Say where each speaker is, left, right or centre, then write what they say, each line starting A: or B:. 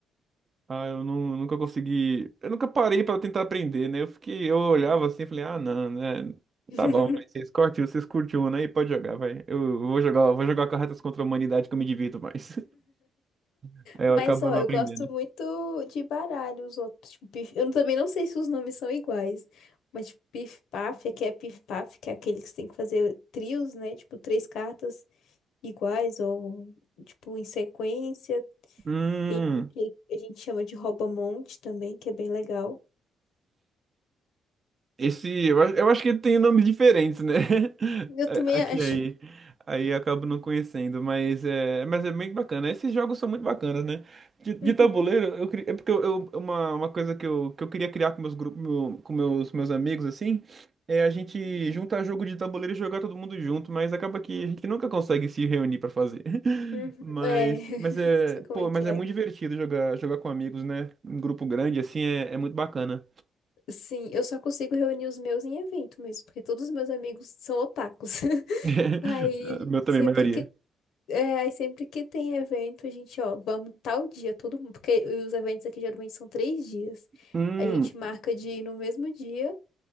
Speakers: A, on the right (about 35°); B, on the left (about 80°).
A: Ah, eu nu- nunca consegui. Eu nunca parei pra tentar aprender, né? Eu fiquei, eu olhava
B: Hum.
A: assim e falei, ah, não, né?
B: <laughs>
A: Tá bom, mas vocês curtiu, vocês curtiu, né? E pode jogar, vai. Eu vou jogar, vou jogar cartas contra a humanidade que eu me divirto mais. <laughs> Aí eu
B: Mas,
A: acabo
B: ó,
A: não
B: eu
A: aprendendo.
B: gosto muito de baralho, os outros. Tipo, pif... Eu não- também não sei se os nomes são iguais. Mas, tipo, pif-paf, aqui é pif-paf, que é aquele que você tem que fazer trios, né? Tipo, três cartas iguais ou, tipo, em sequência.
A: Hum.
B: Tem um que a gente chama de rouba-monte também, que é bem legal.
A: Esse, eu, a- eu acho que ele tem nomes diferentes, né? <laughs>
B: Eu
A: A-
B: também
A: Aqui
B: acho.
A: aí. Aí eu acabo não conhecendo, mas é, mas é bem bacana. Esses jogos são muito bacanas, né? De, de
B: Uhum,
A: tabuleiro, eu, queria- é porque eu, eu- uma, uma coisa que eu, que eu queria criar com meus grupos, meu- com meus, meus amigos, assim, é a gente juntar jogo de tabuleiro e jogar todo mundo junto, mas acaba que a gente nunca consegue se reunir pra fazer. <laughs>
B: uhum.
A: Mas,
B: É, <laughs>
A: mas é,
B: sei como
A: pô,
B: é que
A: mas
B: é.
A: é muito divertido jogar, jogar com amigos, né? Em grupo grande, assim, é, é muito bacana.
B: Sim, eu só consigo reunir os meus em evento mesmo, porque todos os meus amigos são otakus. <laughs>
A: <laughs>
B: Aí,
A: Meu também,
B: sempre
A: maioria.
B: que É, aí sempre que tem evento, a gente, ó, vamos tal dia, todo mundo, porque os eventos aqui geralmente são três dias.
A: Hum,
B: A gente marca de ir no mesmo dia